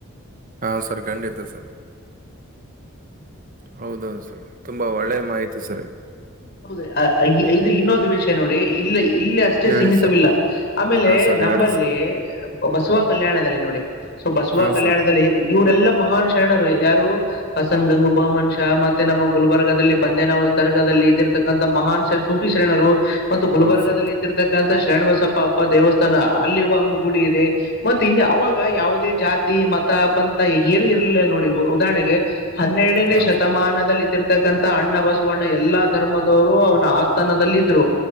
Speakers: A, on the right; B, on the left.
A: ಹಾ ಸರ್ ಖಂಡಿತ ಸರ್ ಹೌದೌದು ಸರ್ ತುಂಬಾ ಒಳ್ಳೆ ಮಾಹಿತಿ ಸರ್
B: ಹೌದ ಇದು ಇನ್ನೊಂದು ವಿಷಯ ನೋಡಿ ಇಲ್ಲ ಇಲ್ಲಿ ಅಷ್ಟೇ
A: ಹೇಳಿ
B: ಸೀಮಿತವಿಲ್ಲ
A: ಸರ್
B: ಆಮೇಲೆ
A: ಹಾ ಸರ್
B: ನಂಬಲ್ಲಿ
A: ಹೇಳಿ ಸರ್
B: ಬಸವ ಕಲ್ಯಾಣದಲ್ಲಿ ನೋಡಿ ಸೊ ಬಸವ
A: ಹಾ
B: ಕಲ್ಯಾಣದಲ್ಲಿ
A: ಸರ್
B: ಇವರೆಲ್ಲ ಮಹಾನ್ ಶರಣರು ಯಾರು ಹಸನ್ ಗಂಗು ಬಹಮನ್ ಶಾ ಮತ್ತೆ ನಮ್ಮ ಗುಲ್ಬರ್ಗದಲ್ಲಿ ಬಂದೇನಾವು ದರ್ಗದಲ್ಲಿ ಇದಿರ್ ಇರತಕ್ಕಂಂತ ಮಹಾನ್ ಸೂಫಿ ಶರಣರು ಮತ್ತು ಗುಲ್ಬರ್ಗದಲ್ಲಿ
A: ಹೌದು ಸರ್
B: ಇದ್ದಿರತಕ್ಕಂ ಶರಣಬಸಪ್ಪ ಅಪ್ಪ ದೇವಸ್ಥಾನ ಅಲ್ಲಿರುವ ಒಂದು ಗುಡಿ ಇದೆ ಮತ್ತ ಇ ಅವಾಗ ಯಾವುದೇ ಜಾತಿ ಮತ ಪಂಥ ಏನು ಇರಲಿಲ್ಲ ನೋಡಿ ಉದಾಹರಣೆಗೆ ಹನ್ನೆರಡನೇ
A: ಹ
B: ಶತಮಾನದಲ್ಲಿ ಇದ್ದಿರ್ತಕ್ಕಂ ಅಣ್ಣ ಬಸವಣ್ಣ ಎಲ್ಲಾ ಧರ್ಮದವರು ಅವನ ಆಸ್ಥಾನದದಲ್ಲಿ ಇದ್ರು